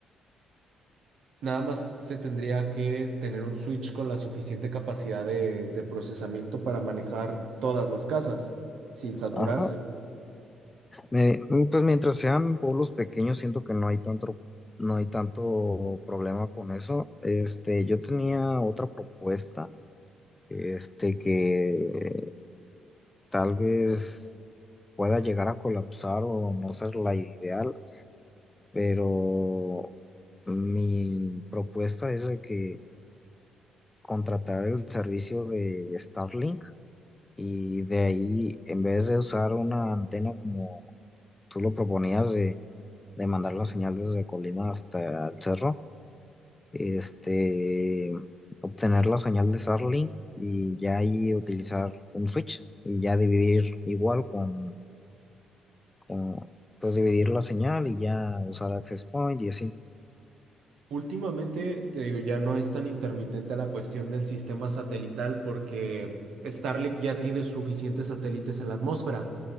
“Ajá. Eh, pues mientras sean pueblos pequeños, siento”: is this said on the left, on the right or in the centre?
Left